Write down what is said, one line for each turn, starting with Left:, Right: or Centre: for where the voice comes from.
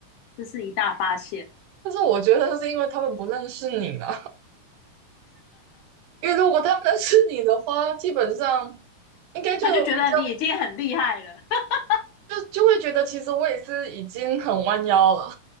Left: 这是一大发现。
Right: 但是我觉得是因为他们不认识你了，因为如果他们认识你的话，基本上应该就比较
Left: 他就觉得你已经很厉害了。<laughs>
Right: 就就会觉得其实我也是已经很弯腰了。